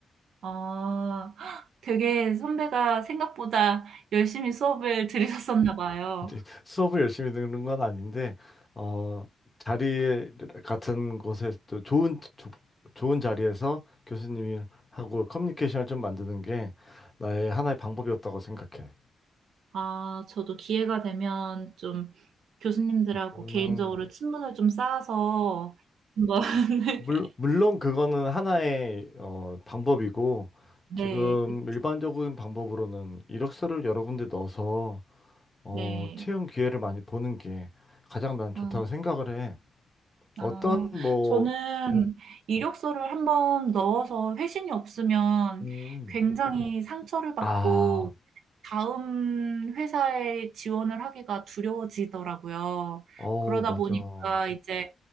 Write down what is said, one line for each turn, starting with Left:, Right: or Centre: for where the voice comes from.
Right: 어, <gasps> 되게 선배가 생각보다 열심히 수업을 들으셨었나 봐요.
Left: 이제 수업을 열심히 듣는 건 아닌데 어 자리 같은 곳에 또 좋은 조- 좋은 자리에서 교수님이 하고 커뮤니케이션을 좀 만드는 게 나의 하나의 방법이었다고 생각해.
Right: 아, 저도 기회가 되면 좀 교수님들하고
Left: 음,
Right: 개인적으로 친분을 좀 쌓아서 한번 <laughs>
Left: 물, 물론 그거는 하나의 어, 방법이고
Right: 네,
Left: 지금
Right: 그,
Left: 일반적인 방법으로는 이력서를 여러 군데 넣어서 어,
Right: 네.
Left: 채용 기회를 많이 보는 게 가장 난
Right: 아,
Left: 좋다고 생각을 해.
Right: 아,
Left: 어떤 뭐
Right: 저는
Left: 음.
Right: 이력서를 한번 넣어서 회신이 없으면
Left: 음.
Right: 굉장히 상처를 받고
Left: 아,
Right: 다음 회사에 지원을 하기가 두려워지더라고요.
Left: 어,
Right: 그러다
Left: 맞아.
Right: 보니까 이제